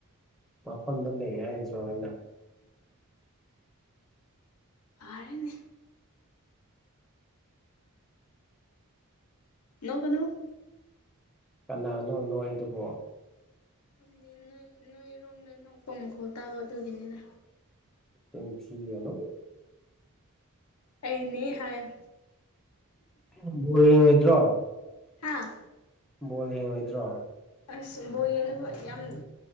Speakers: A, in the centre; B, on the left.
A: ꯃꯐꯝꯗ ꯂꯩ ꯍꯥꯏꯗ꯭ꯔꯣ ꯑꯩꯅ
B: ꯑꯔꯦꯅꯦ ꯂ ꯀꯩꯅꯣ
A: ꯀꯅꯥꯅꯣ ꯅꯣꯏꯗꯨꯕꯣ
B: ꯝꯗꯤ ꯅꯣꯏ ꯅꯣꯏꯔꯣꯝꯗ ꯅꯣꯛꯐꯝꯝ ꯈꯣ ꯇꯥꯕ ꯑꯗꯨꯒꯤꯅꯤꯅ
A: ꯇꯦꯝ ꯄꯤ ꯑꯦꯜ ꯑꯣ
B: ꯑꯩꯅꯦ ꯍꯥꯏꯌ
A: ꯣꯡꯉ ꯑꯣꯏꯗ꯭ꯔꯣ
B: ꯍꯥꯥ
A: ꯕꯣꯜ ꯍꯦꯡꯉꯣꯏꯗ꯭ꯔꯣ
B: ꯑꯁ ꯕꯣ ꯌꯦꯅꯕ ꯌꯥꯝ